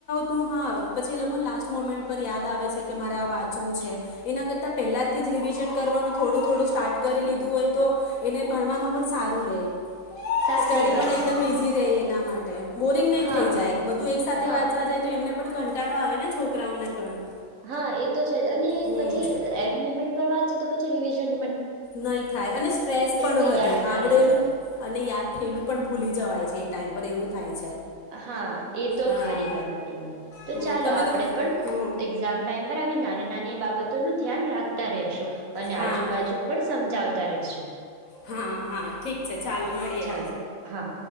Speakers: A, on the left; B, on the right.
A: શું હા પછી એ લોકો લાસ્ટ મોમેન્ટ પર યાદ આવે છે કે મારે આ વાંચવું છે એના કરતા પહેલાથી જ રિવિઝન કરવાનું થોડું થોડું સ્ટાર્ટ કરી લીધું હોય તો એને ભણવામાં પણ સારું રહે
B: સાચી
A: સ્ટડી
B: વાત
A: પણ એકદમ
B: છે
A: ઇઝી રહી ના માટે બોરિંગ નહી
B: હા
A: થઈ જાય બધું એક સાથે
B: હા
A: વાંચવા જાય તો એમને પણ કંટાળો આવે ને છોકરાઓને પણ
B: હા એ તો છે જ અને
A: હમ
B: પછી એન્ડ મુમેન્ટ પર વાત તો પછી રિવિજન
A: નહી થાય અને સ્ટ્રેસ પણ
B: કઈ
A: વધે
B: યાદ ના
A: આવડેલું
B: રહી જાય
A: અને યાદ થયેલું પણ ભૂલી જવાય છે છે એ ટાઈમ પર એવું થાય છે.
B: હા એ તો
A: હા
B: ખરી તમારી વાત તો
A: હમ,
B: ચાલો
A: તમે
B: આપણેે
A: તમા
B: પણ
A: હમ.
B: એક્ઝામ ટાઈમ પર આવી નાની નાની બાબતોનું ધ્યાન રાખતા રહશું અને
A: હા
B: આજુબાજુ પણ સમજાવતા રશું
A: હા હા ઠીક છે ચાલો
B: હા
A: મળીએ
B: ચાલો હા